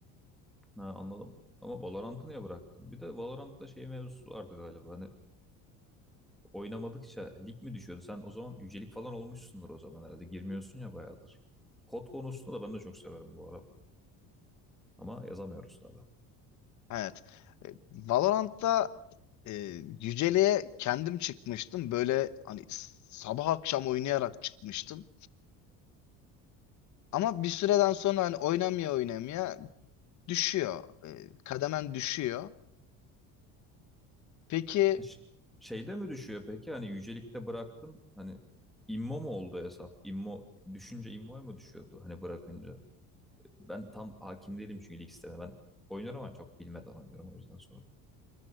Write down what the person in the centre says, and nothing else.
Ha, anladım. Ama Valorant'ı niye bıraktın? Bir de Valorant'ta şey mevzusu vardı galiba. Hani oynamadıkça lig mi düşüyordu? Sen o zaman yücelik falan olmuşsundur o zaman herhalde. Girmiyorsun ya bayağıdır. Kod konusunda da ben de çok severim bu arada. Ama yazamıyoruz tabii.
Ha, Ş- Şeyde mi düşüyor peki? Hani yücelikte bıraktın. Hani immo mu oldu hesap? İmmo düşünce immoya mı düşüyordu? Hani bırakınca. Ben tam hakim değilim çünkü lig sistemine. Ben oynuyorum ama çok bilmeden oynuyorum o yüzden sordum.